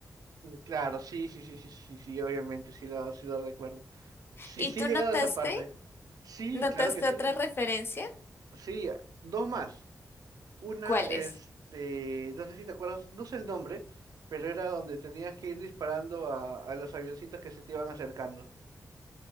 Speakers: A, on the right; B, on the left.
A: Mm, Claro, sí, sí, sí, sí, sí, sí, obviamente, sí lo, sí lo recuerdo. Sí,
B: ¿Y
A: sí
B: tú
A: he llegado
B: notaste,
A: a esa parte. Sí,
B: notaste
A: claro que sí.
B: otra referencia?
A: Sí, a- dos más. Una,
B: cuáles
A: este, no sé si te acuerdas, no sé el nombre, pero era donde tenías que ir disparando a, a los avioncitos que se te iban acercando.